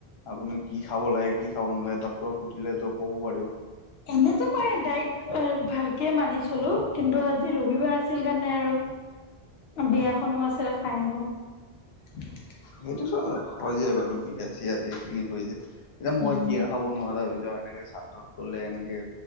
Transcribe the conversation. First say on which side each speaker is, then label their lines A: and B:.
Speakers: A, on the left; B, on the left.
A: আপুনি কি খাব লাগে কি খাব নালাগে ডক্টৰক সুধিলেতো ক'ব পাৰিব।
B: এনেতো মই ডাইত ভালকে মানি চলো কিন্তু আজি ৰবিবাৰ আছিল কাৰণে আৰু। বিয়াখনো আছিল খাই আহিব।
A: সেইটো চ, হৈ যায় বাৰু বিয়া চিয়া এইখিনি হৈ যায়। এতিয়া মই
B: উম।
A: বিয়া খাব নোৱাৰা হৈ যাওঁ, এনেকে শাদ্ধত গলে এনেকে